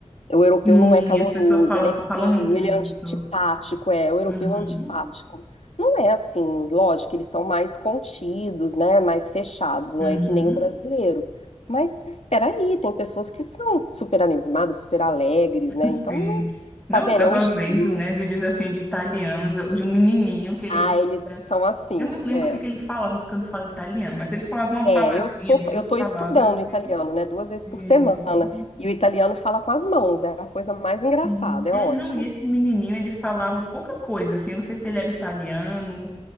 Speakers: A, on the left; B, in the centre.
A: O europeu
B: Sim,
A: não é caloroso,
B: as pessoas falam,
A: ele é frio,
B: falam muito
A: ele
B: isso.
A: é antipático, é, o europeu
B: Uhum,
A: é antipático. Não é assim, lógico, eles são mais contidos, né, mais fechados, não
B: uhum.
A: é que nem o brasileiro. Mas espera aí, tem pessoas que são super animadas, super alegres, né?
B: Sim.
A: Então, não-
B: Não,
A: tá vendo?
B: eu tava
A: É um estigma.
B: vendo, né, vídeos assim de italianos, eu- de um menininho que ele
A: Ah,
B: dizia.
A: eles são assim,
B: Eu não lembro
A: é.
B: o que que ele falava, porque eu não falo italiano, mas ele falava uma
A: É,
B: palavrinha,
A: eu tô,
B: duas
A: eu
B: palavras.
A: tô estudando italiano, né, duas vezes
B: E,
A: por semana,
B: e-
A: e o italiano fala com as mãos, é a coisa mais engraçada,
B: e-
A: é
B: é,
A: ótimo.
B: não, e esse menininho, ele falava pouca coisa, assim, eu não sei se ele era italiano